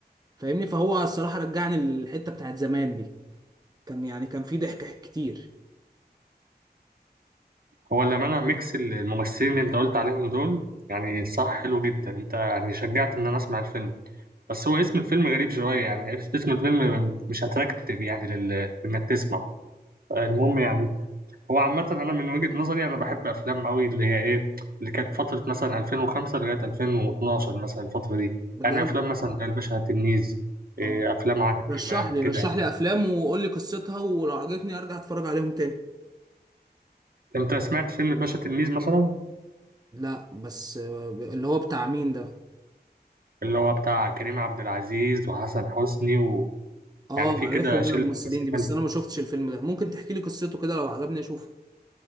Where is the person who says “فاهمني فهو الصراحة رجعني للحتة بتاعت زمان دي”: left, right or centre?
Right